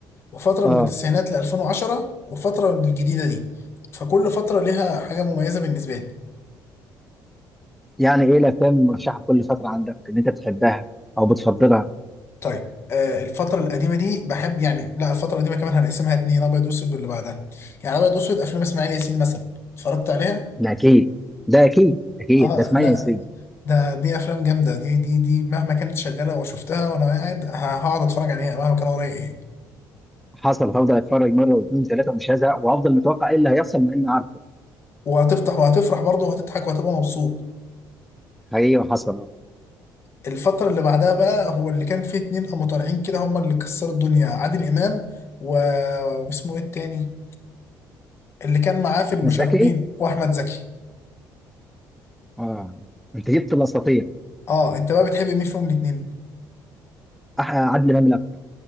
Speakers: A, on the left; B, in the centre.
A: وفتره
B: اه
A: من التسعينات ل 2010 وفتره الجديده دي فكل فتره ليها حاجه مميزه بالنسبه لي
B: يعني ايه الافلام المرشحه كل فتره عندك ان انت بتحبها او بتفضلها
A: طيب آه، الفترة القديمة دي بحب يعني لا الفترة القديمة كمان هنقسمها اتنين أبيض وأسود واللي بعدها يعني أبيض وأسود أفلام إسماعيل ياسين مثلا اتفرجت عليها؟
B: ده اكيد ده اكيد اكيد
A: آه
B: ده اسمها
A: لا
B: نسبيه
A: ده دي أفلام جامدة دي دي دي مهما كانت شغالة وشفتها وأنا قاعد ه- هقعد أتفرج عليها مهما كان ورايا إيه
B: حصل هفضل اتفرج مره واثنين وثلاثه ومش هزهق وهفضل متوقع ايه اللي هيحصل مع اني عارفه
A: وهتفتح وهتفرح برضه وهتضحك وهتبقى مبسوط
B: حقيقي وحصل اهو
A: الفترة اللي بعدها بقى هو اللي كان فيه اتنين قاموا طالعين كده هما اللي كسروا الدنيا عادل إمام و... واسمه إيه التاني اللي كان معاه في المشاغبين
B: احمد زكي
A: وأحمد زكي
B: اه انت جبت الاساطير
A: اه انت بقى بتحب مين فيهم الاتنين
B: أح- عادل امام الاكتر